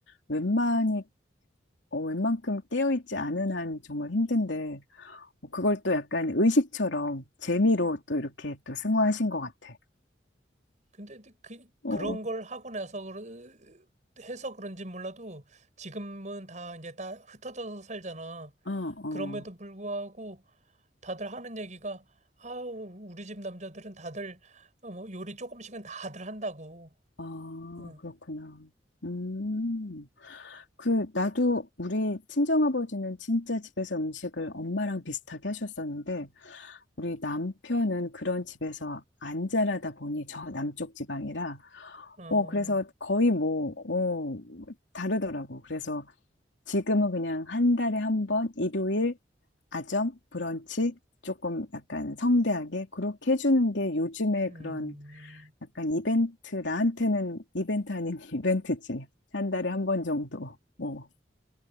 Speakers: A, on the left; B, on the right.
A: 웬만히, 어, 웬만큼 깨어있지 않은 한 정말 힘든데, 어, 그걸 또 약간 의식처럼 재미로 또 이렇게 또 승화하신 것 같아.
B: 근데 그
A: 어.
B: 그런 걸 하고 나서 그러- 해서 그런지 몰라도 지금은 다 이제 다 흩어져서 살잖아.
A: 어, 어.
B: 그럼에도 불구하고 다들 하는 얘기가 아우 우리 집 남자들은 다들 어, 뭐 요리 조금씩은 다들 한다고.
A: 아,
B: 어,
A: 그렇구나. 음. 그, 나도 우리 친정아버지는 진짜 집에서 음식을 엄마랑 비슷하게 하셨었는데, 우리 남편은 그런 집에서 안 자라다 보니 저 남쪽 지방이라,
B: 어,
A: 어, 그래서 거의 뭐, 어, 다르더라고. 그래서 지금은 그냥 한 달에 한 번, 일요일, 아점, 브런치, 조금 약간 성대하게 그렇게 해주는 게 요즘에
B: 음,
A: 그런 약간 이벤트, 나한테는 이벤트 아닌 <laughs> 이벤트지. 한 달에 한 번 정도. 어.